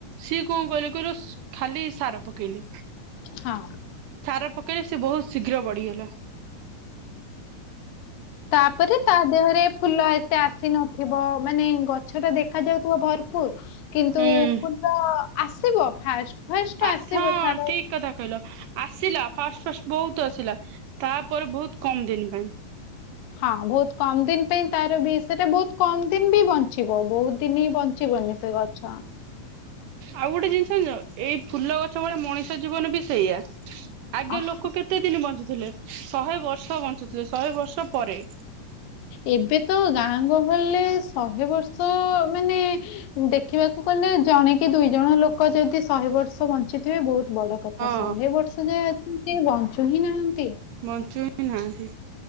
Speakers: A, on the right; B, on the left.
A: ସିଏ କଣ କହିଲେ କହ ଖାଲି ସାର ପକେଇଲେ।
B: ହଁ,
A: ସାର ପକେଇଲେ ସେ ବହୁତ ଶୀଘ୍ର ବଢ଼ିଗଲା।
B: ତାପରେ ତା ଦେହରେ ଫୁଲ ଏତେ ଆସି ନଥିବ ମାନେ ଗଛ ଟା ଦେଖା ଯାଉଥିବ ଭରପୁର। କିନ୍ତୁ
A: ହୁଁ
B: ଫୁଲ ଆସିବ ଫାଷ୍ଟ। ଫାଷ୍ଟ
A: ଆ
B: ଆସିବ
A: ହଁ
B: ତାର
A: ଠିକ କଥା କହିଲ ଆସିଲା ଫାଷ୍ଟ ଫାଷ୍ଟ ବହୁତ ଆସିଲା ତାପରେ ବହୁତ କମ ଦିନି ପାଇଁ।
B: ହଁ ବହୁତ କମ ଦିନ ପାଇଁ ତାର ବି ସେଟା ବହୁତ କମ ଦିନ ବି ବଞ୍ଚିବ ବହୁତ ଦିନ ହି ବଞ୍ଚିବ ହୁଏ ନି ସେ ଗଛ।
A: ଆଉ ଗୋଟେ ଜିନିଷ ଏଇ ଫୁଲ ଗଛ ଭଳିଆ ମଣିଷ ଜୀବନ ବି ସେଇଆ। ଆଗେ
B: ଅହ,
A: ଲୋକ କେତେ ଦିନ ବଞ୍ଚୁଥିଲେ ଶହେ ବର୍ଷ ବଞ୍ଚୁଥିଲେ ଶହେ ବର୍ଷ ପରେ।
B: ଏବେ ତ ଗାଁ ଗହଳିରେ ଶହେ ବର୍ଷ ମାନେ, ଦେଖିବାକୁ ଗଲେ ଜଣେ କି ଦୁଇ ଜଣ ଲୋକ ଯଦି ଶହେ ବର୍ଷ ବଞ୍ଚିଥିବେ ବହୁତ ବଡ କଥା
A: ହଁ।
B: ଶହେ ବର୍ଷ ଯାଏ ସେ ବଞ୍ଚୁ ହିଁ ନାହାନ୍ତି।
A: ବଞ୍ଚୁ ହି ନାହାନ୍ତି